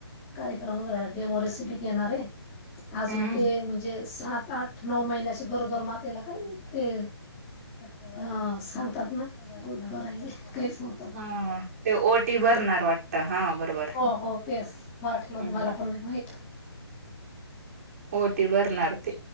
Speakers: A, on the left; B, on the right.
A: कार्यक्रम वैगरे डेमो रेसिपी घेणारय, अजून
B: हम्म
A: ते म्हणजे सात आठ नऊ महिन्याच्या गरोदर मातेला काय ते ह सांगतात ना गोडभराई, काय सांग
B: हा ते ओटी भरणार वाटत, हा बरोबर.
A: हो हो तेच, मराठीमध्ये
B: हम्म.
A: मला पण नाही माहित.
B: ओटी भरणार ते,